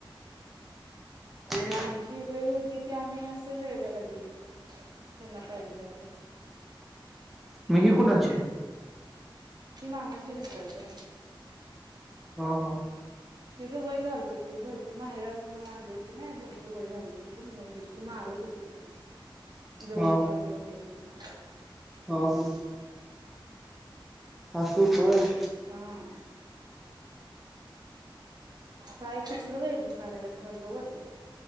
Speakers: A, in the centre; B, on the right (about 50°).
A: ते
B: अणि आमची गई होती ती आम्ही असं, हेळव्याला दिली त्यांना पाहिजे होती.
A: म ही कुणाचीय?
B: हि मामांच्या मित्राची हाय.
A: हं हं!
B: तिचं वय झालतं ती भरपूर माहेरातुन आणली होती ना भरपूर वय झालतं तिचं म्हणून दिली ती मारत होती.
A: <inaudible>
B: जवळ
A: ह
B: कुणाला येऊन द्यायची नाही.
A: हं हं अस होत व्हयं.
B: कां! काय कसंलं वैरण काढायला सगळं गवत?